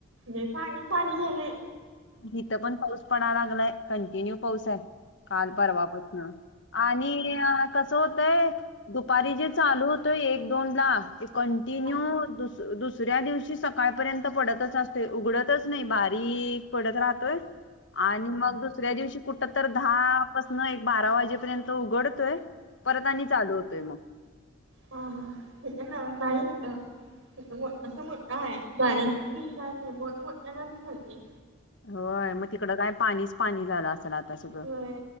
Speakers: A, on the right; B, on the left.
A: लय पाणी झालय.
B: हीत पण पाऊस पडा लागलाय कंटिन्यू पाऊस हाय. काल परवा पासन आणि कसं होतंय दुपारी जे चालू होत ते एक दोनला ते कंटिन्यू
A: मोठाच्या
B: दुस दुसऱ्या दिवशी सकाळपर्यंत पडतच असतोय उघडतच नाय बारीक पडत राहतोय आणि मग दुसऱ्या दिवशी कुठ तर दहापासन एक बारा वाजेपर्यंत उघडतोय परत आणि चालू होतोय म
A: हं हं इथे नाय नाही इथं इथं मोठ्ठासां मोठ्ठा हाय बारीक तेन काय नाय मोठ मोठ्यानं पडतोय.
B: होय म तिकड काय पाणीच पाणी झालं अस सल आता सगळ
A: होय